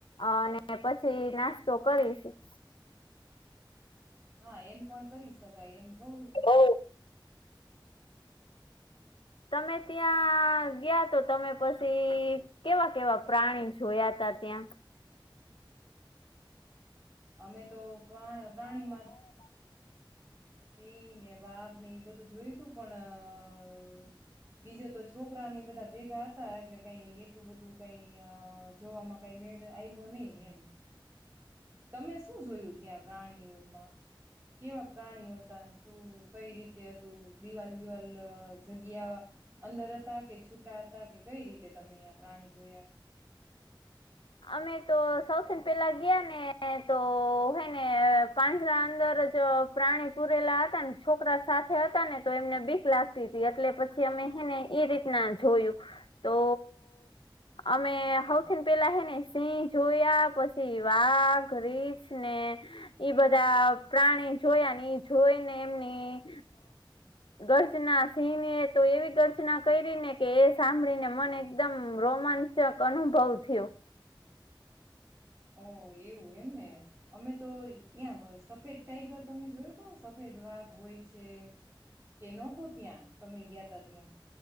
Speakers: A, on the left; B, on the right.
A: અને પછી નાસ્તો કરીશું
B: હા એમ પણ કરી શકાય એમ થોડું
A: ઓ તમે ત્યાં ગયા તો તમે પછી કેવા કેવા પ્રાણી જોયા તા ત્યાં
B: અમે તો <inaudible> પાણીમાં સિંહ ને વાઘ ને એ બધું જોયું તું પણ બીજા તો છોકરાને બધા ભેગા હતા એટલે કઈ એટલું બધું કઈ જોવામાં કઈ મેળ આવ્યો નહી એમ, તમે શું જોયું ત્યાં પ્રાણીઓમાં કેવા પ્રાણીઓ શું કઈ રીતે હતું દિવાલ વિવાલ જગ્યા અંદર હતા કે છૂટા હતા કે કઈ રીતે તમે અયા પ્રાણી જોયા?
A: અમે તો સૌથીન પેલા ગયા ને તો હેને પાંજરા અંદર જ પ્રાણી પુરેલા હતા ને છોકરા સાથે હતા ને તો એમને બીક લાગતી હતી એટલે પછી અમે હેને એઈ રીતના જોયું તો, અમે સૌથીન પેલા હેને સિંહ જોયા પછી વાઘ રીછ ને બધા પ્રાણી જોયા ને એ જોઈને એમની ગર્જના સિંહને તો એવી ગર્જના કરી ને કે એ સાંભળીને મને એકદમ રોમાંચક અનુભવ થયો.
B: ઓ એવું એમને અમે તો અ્યાં સફેદ ટાઈગર તમે જોયો તો સફેદ વાઘ હોય છે કે નહતો, ત્યાં તમે ગયા ત ત્યાં.